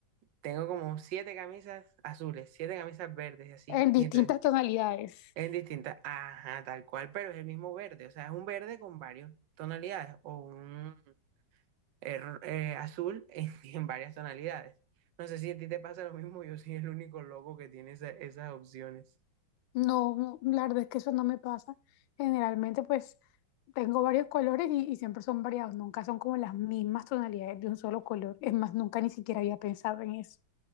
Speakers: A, on the right; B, on the left.
A: tengo como siete camisas azules, siete camisas verdes y así.
B: en distintas
A: Y entonces,
B: tonalidades.
A: en distintas, ajá, tal cual, pero es el mismo verde. O sea, es un verde con varias tonalidades o un eh, ro- eh, azul en, <laughs> en varias tonalidades. No sé si a ti te pasa lo mismo, yo soy el único loco que tiene esa- esas opciones.
B: No, la verdad es que eso no me pasa. Generalmente, pues tengo varios colores y, y siempre son variados, nunca son como las mismas tonalidades de un solo color. Es más, nunca ni siquiera había pensado en eso.